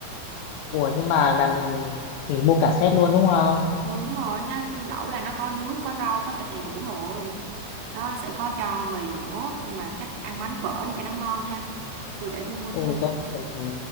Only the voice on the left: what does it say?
ủa nhưng mà là mình mình mua cả set luôn đúng không
ui tôi cũng thấy thế.